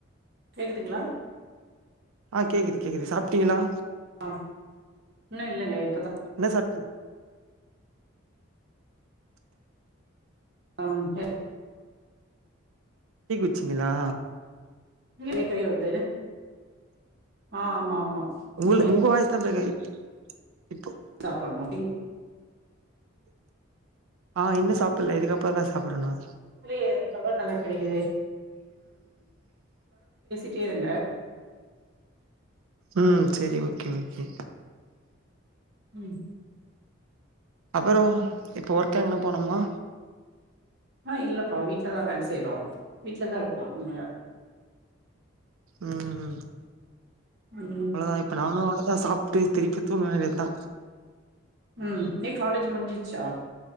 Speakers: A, on the right; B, on the right.
A: கேக்குதுங்களா
B: ஆ கேக்குது கேக்குது சாப்ட்டீகளா
A: ஆ இன்னு இல்லங்க இப்பதா
B: என்ன சாப்டிங்க
A: <unintelligible>
B: டீ குச்சிங்களா
A: ஏ கை வது ஆஹ் ஆமா ஆமா
B: உங்களு
A: இனிமே
B: உங்க வாய்ஸ் தா <unintelligible> இப்போ
A: சாப்பண்ணோ
B: ஆஹ் இன்னு சாப்பில்ல இதுக்கப்புற தா சாப்பிடணு
A: இல்லையே இந்த டவர் நல்லா கெடைக்குதே சேரிங்க
B: உம் செரி ஓகே ஓகே
A: உம்
B: அப்புறம் இப்போ ஒர் க் எங்கனா போனோம்மா
A: ஆஹ் இல்லப்பா வீட்லதா வேல செய்றோ வீட்லதா இரு க்கோங்க
B: உம் உம்
A: ம்
B: அவ்ளோதா இப்ப நானு அங்கதா சாப்ட்டு திருப்பி தூங்க வேண்டிதா
A: உம் எ காலேஜ் முடிஞ்சிச்சா